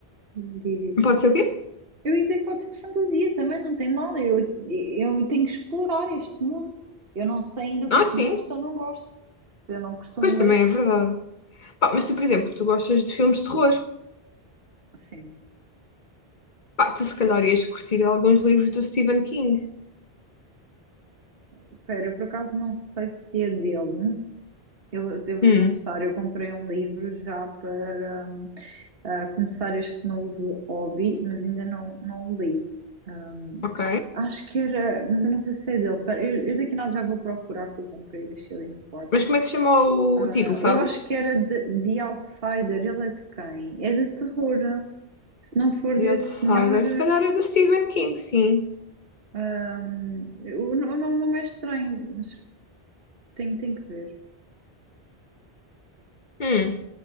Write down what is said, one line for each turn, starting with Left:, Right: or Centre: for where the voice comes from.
Right: fantasia.
Left: pode ser o quê?
Right: Eu ia dizer que pode ser de fantasia também, não tem mal. Eu, eu tenho que explorar este mundo. Eu não sei ainda o que
Left: Ah,
Right: é que
Left: sim,
Right: gosto ou não gosto. Eu não costumo
Left: pois também
Right: ler.
Left: é verdade. Pá, mas tu, por exemplo, tu gostas de filmes de terror.
Right: Sim.
Left: Pá, tu se calhar ias curtir alguns livros do Stephen King.
Right: Espera, eu por acaso não sei se é dele. Eu devo-te
Left: Hum,
Right: confessar, eu comprei um livro já para hum, ah, começar este novo hobby, mas ainda não, não o li. Hum,
Left: ok.
Right: acho que era, mas eu não sei se é dele. Pera, eu, eu daqui a nada já vou procurar que eu comprei e deixei ali no quarto.
Left: Mas como é que se chama o
Right: Ah,
Left: título,
Right: eu
Left: sabes?
Right: acho que era de, de Outsider. Ele é de quem? É de terror. Se não for
Left: The
Right: desse
Left: Outsider,
Right: senhor,
Left: se calhar é do Stephen King, sim.
Right: ah, hum, o, o nome não é estranho, mas tenho, tenho que ver.
Left: Hum,